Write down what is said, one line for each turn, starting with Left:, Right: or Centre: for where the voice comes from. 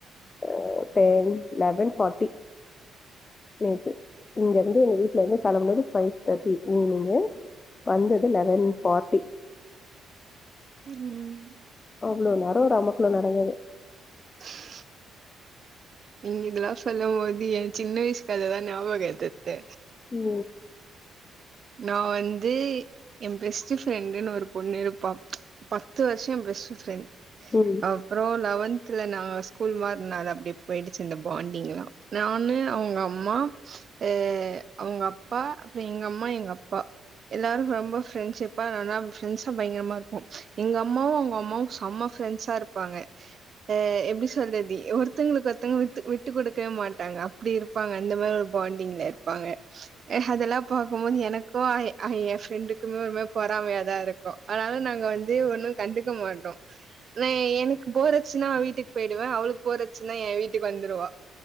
Left: அ டென் லெவன் ஃபாட்டி நேத்து இங்க இருந்து எங்க வீட்லருந்து கெளம்புனது ஃபைவ் தேர்ட்டி ஈவினிங்கு வந்தது லெவன் ஃபாட்டி
Right: ம்
Left: அவ்ளோ நேர ஒரு அமக்களம் நடந்தது
Right: <unintelligible> நீங்க இதெல்லா சொல்லம்போது என் சின்ன வயசு கததா நியாபக வருத்து
Left: ஓ
Right: நா வந்து என் பெஸ்ட் ஃப்ரெண்டுனு ஒரு பொண்ணு இருப்பா பத்து வருஷ என் பெஸ்ட் ஃப்ரெண்ட்
Left: ம்
Right: அப்றோ லெவன்த்ல நா ஸ்கூல் மாறுன அப்டியே போயிடுச்சு இந்த பாண்டிங்லா நானு அவுங்க அம்மா அ அவுங்க அப்பா அப்ற எங்க அம்மா எங்க அப்பா எல்லாரு ரொம்ப ஃப்ரெண்ட்ஷிப்பா நல்லா ப்ரெண்ட்ஸா பயங்கரமா இருப்போ எங்க அம்மாவு அவுங்க அம்மாவு செம்ம ஃப்ரெண்ட்ஸா இருப்பாங்க அ எப்டி சொல்றதி ஒருத்தங்களுக்கு ஒருத்தங்க வித்தி விட்டு குடுக்கவே மாட்டாங்க அப்டி இருப்பாங்க அந்த மாரி ஒரு பாண்டிங்ல இருப்பாங்க அஹ் அதெல்லா பாக்கும் போது எனக்கு ஐ என் ஃப்ரெண்டுக்குமே ஒருமாறி பொறாமையாதா இருக்கு அதுனால நாங்க வந்து ஒன்னு கண்டுக்க மாட்டோ நா எனக்கு போறச்சுன்னா அவ வீட்டுக்கு போயிடுவே அவளுக்கு போறச்சுன்னா என் வீட்டுக்கு வந்துருவா